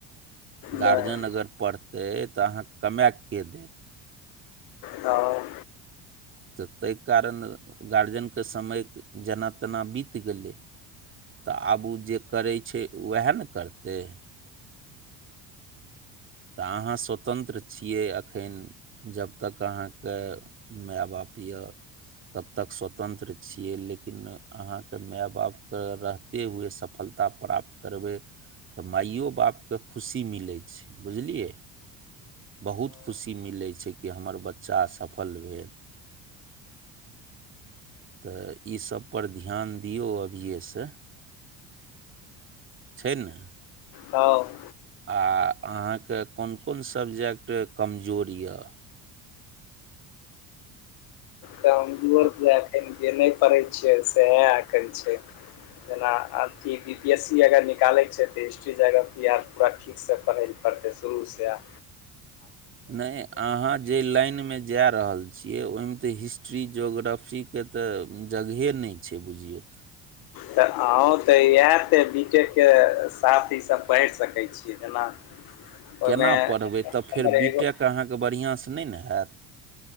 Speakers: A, on the right; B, on the left.
A: गार्जियन
B: तऽ
A: अगर पढ़तै तऽ अहाँक कमैएऽ के देत।
B: हं।
A: त तैय कारण गार्जियनके समय जेना-तेना बीत गेलै। तऽ आब उ जे करै छै, वैहे ने करतै। त अहाँ स्वतन्त्र छियै अखैन। जब तक अहाँके मैए-बाप यऽ तब तक स्वतन्त्र छियै, लेकिन अहाँके मैए-बाप कऽ रहते हुए सफलता प्राप्त करबै तऽ माइयो-बाप क खुशी मिलै छै। बुझलियै, बहुत खुशी मिलै छै कि हमर बच्चा सफल भेल। तऽ इसब पर ध्यान दियौ अभिये सऽ। छै ने।
B: हँ।
A: आ अहाँक कोन-कोन सब्जेक्ट कमजोर य
B: कमजोर
A: क-
B: तैं एखन जे नहि पढ़ै छियै, सैहै एखन छै। जेना अथी बी पी एस सी अगर निकालै छै तऽ, हिस्ट्री जगरफी याद पूरा ठी ठीकसै पढ़ै लए पड़तै शुरूसैऽ।
A: नहि अहाँ जे लाइन मे जा रहल छियै, ओहिमे तऽ हिस्ट्री ज्योग्राफी के तऽ जगहे नहि छै बुझियौ त।
B: त अहूँ त यैह त, बी टेक के साथ ईसब पैढ़ सकै छियै, जेना ओहिमे
A: केना पढ़बै
B: हमर
A: त फेर बी
B: एगो
A: टेक अहाँके बढ़ियां स नैय ने हैत।